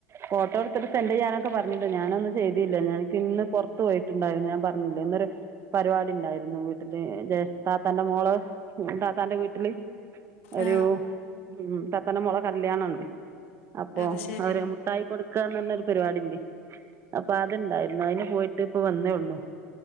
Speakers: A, on the right (about 35°); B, on the left (about 65°).
A: ഫോട്ടോ എടുത്തിട്ട് സെന്റ് ചെയ്യാനൊക്കെ പറഞ്ഞിട്ട് ഞാനൊന്നും ചെയ്തില്ല ഞനിക്കിന്ന് പുറത്ത് പോയി- ഇണ്ടായിരുന്നു ഞാൻ പറഞ്ഞില്ലേ ഇന്നൊരു പരിപാടി ഇണ്ടായിരുന്നു വീട്ടില് ജേഷ് താത്തന്റെ മോള്. താത്താന്റെ വീട്ടില് ഒരു
B: ആ
A: ഉം താത്താന്റെ മോളെ കല്യാണണ്ട്. അപ്പോ
B: അത് ശരി
A: അവരും - മിട്ടായി കൊടുക്കാന്ന് പറഞ്ഞൊരു പരിപാടി ഉണ്ട് അപ്പൊ അത് ഇണ്ടായിരുന്നു അയ്ന് പോയിട്ട് ഇപ്പ വന്നേയുള്ളൂ